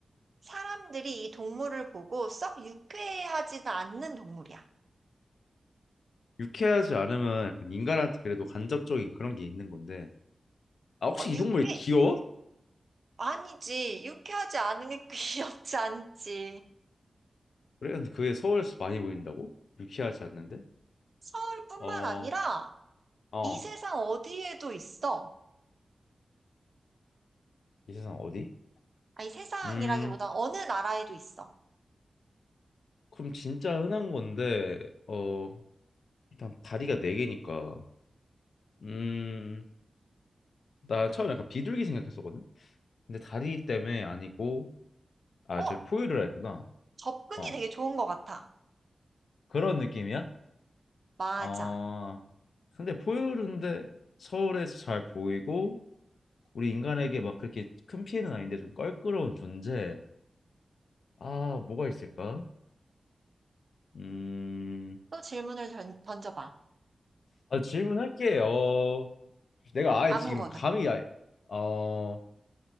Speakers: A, on the right; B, on the left.
A: 사람들이 이 동물을 보고 썩 유쾌해하지는 않는 동물이야.
B: 유쾌하지 않으면 약간 인간한테 그래도 간접적인 그런 게 있는 건데. 아, 혹시
A: 어, 유쾌,
B: 이 동물 귀여워?
A: 아니지. 유쾌하지 않으니 <laughs> 귀엽지 않지.
B: 그래? 근데 그게 서울에서 많이 보인다고? 유쾌하지 않는데?
A: 서울뿐만
B: 어,
A: 아니라
B: 어.
A: 이 세상 어디에도 있어.
B: 이 세상 어디?
A: 아니, 세상이라기보다
B: 음,
A: 어느 나라에도 있어.
B: 그럼 진짜 흔한 건데, 어, 일단 다리가 네 개니까, 음, 나 처음에 약간 비둘기 생각했었거든? 근데 다리 때문에 아니고, 아,
A: 어,
B: 저 포유류라 했구나.
A: 접근이
B: 어,
A: 되게 좋은 것 같아.
B: 그런 느낌이야?
A: 맞아.
B: 어, 근데 포유류인데 서울에서 잘 보이고, 우리 인간에게 막 그렇게 큰 피해는 아닌데 좀 껄끄러운 존재. 아, 뭐가 있을까? 음,
A: 또 질문을 던, 던져봐.
B: 아, 질문할게. 어, 내가 아예
A: 아무거나.
B: 지금 감이 아예, 어,